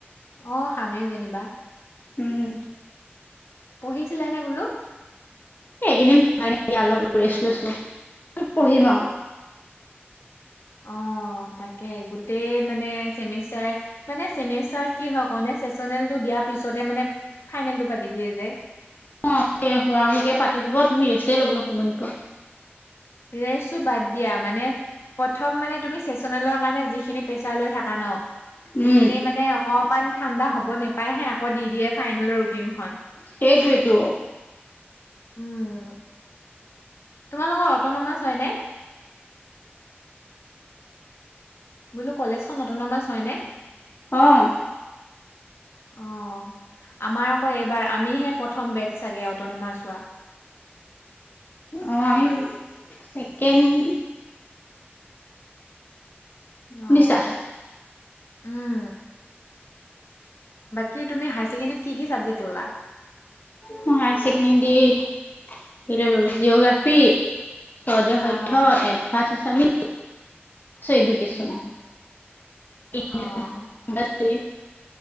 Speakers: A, on the left; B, on the left.
A: অ', খামেই যেনিবা।
B: উম,
A: পঢ়িছিলা নে বোলো?
B: এইকেইদিন পঢ়াই নাই অলপ ৰেষ্ট লৈছো পঢ়িম আৰু
A: অ', তাকে গোটেই মানে চেমিষ্টাৰ মানে চেমিষ্টাৰ কি হয় কও নে চেচনেল টো দিয়া পিছতে মানে ফাইনেল টো পাৰা দি দিয়ে যে।
B: অ', শুৱা শুকে পাতি দিব তুমি ৰেষ্টই ল'বলৈ সময় নোপোৱা।
A: ৰেষ্টটো বাদ দিয়া মানে প্ৰথম মানে তুমি চেচনেলৰ কাৰণে যিখিনি পেছাৰ লৈ থাকা ন'
B: উম
A: সেইখিনি মানে অকমান ঠাণ্ডা হ'ব নাপায়হে আকৌ দি দিয়ে ফাইনেলৰ ৰুটিনখন
B: সেইটোৱেইটো
A: উম' তোমালোকৰ অট'নমাছ হয়নে? বোলো কলেজখন অট'নমাছ হয়নে?
B: অ',
A: অ', আমাৰ আকৌ এইবাৰ আমিহে প্ৰথম বেট চাগে অট'নামাছ হোৱা
B: অ', আমি চেকেণ্ড
A: অ',
B: শুনিছা
A: উম, বাকী তুমি হাইছেকেণ্ডৰীত কি কি চাবজেক্ট ল'লা?
B: মই হায়াৰ ছেকেণ্ডৰীত কি ল'লো জিঅ'গ্ৰাফী চদেসধ্য
A: অ',
B: এডভাছ আছামি ছ' এডুকেশ্বন
A: উম,
B: <unintelligible>
A: অ',